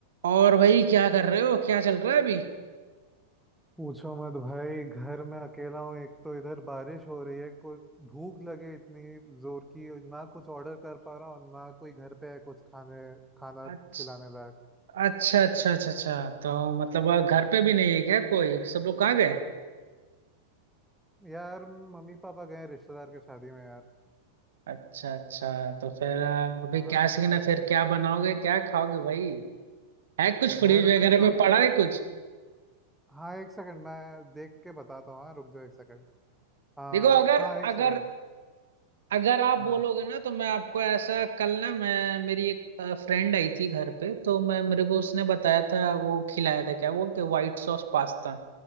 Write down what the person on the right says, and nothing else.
और भाई क्या कर रहे हो क्या चल रहा है अभी
अच्छा
अच्छा अच्छा अच्छा अच्छा तो मतलब आ, घर पे भी नहीं है क्या कोई सब लोग कहाँ गए
अच्छा अच्छा तो फिर आ, अभी
क्या सीन है फिर क्या बनाओगे क्या खाओगे भाई है कुछ फ्रिज
वगैरह
में पड़ा है कुछ
देखो अगर
अगर अगर आप
बोलोगे ना तो मैं आपको ऐसा कल ना मैं मेरी एक फ्रेंड आई थी घर पे तो मैं मेरे को उसने बताया था वो खिलाया था क्या बोलते व्हाइट सॉस पास्ता